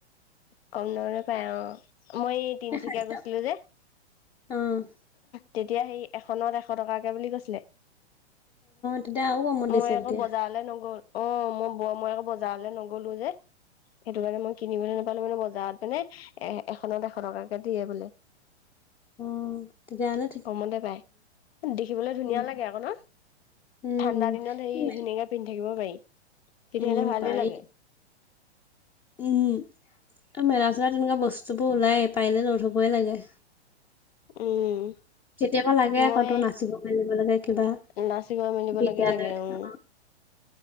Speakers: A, on the left (about 60°); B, on the left (about 15°).
A: কম দামতে পায় অ। মই এই তিনচুকীয়া
B: খাইছে
A: গৈছিলো
B: অ
A: যে
B: উম
A: তেতিয়া সেই এখনত এশ টকাকে বুলি কৈছিলে।
B: তেতিয়া আৰু কমত দিছে
A: মই আকৌ
B: তেতিয়া
A: বজাৰলৈ নগ'ল অ মই ব মই আকৌ বজাৰলৈ নগলো যে। সেইটো কাৰণে মই কিনিবলৈ নাপালোঁ। মানে বজাৰত মানে এখনত এশ টকাকে দিয়ে বোলে।
B: উম তেতিয়া হ'লে
A: কমতে পাই দেখিবলে ধুনীয়া
B: উম
A: লাগে আকৌ ন।
B: উম
A: ঠাণ্ডা দিনত হেৰি
B: উম
A: ধুনীয়াকে পিন্ধি থাকিব পাৰি। পিন্ধিলে
B: উম
A: ভালে
B: পাৰি।
A: লাগে
B: উম মেলা চেলা তেনেকুৱা বস্তুবোৰ ওলাই পাৰিলে ন ধুবই লাগে।
A: উম
B: কেতিয়াবা লাগে
A: মই
B: আকৌ তোৰ নাচিব মেলিব লাগে কিবা
A: নাচিব মেলিব
B: বিদ্যালয়ত
A: লাগে লাগে উ
B: অ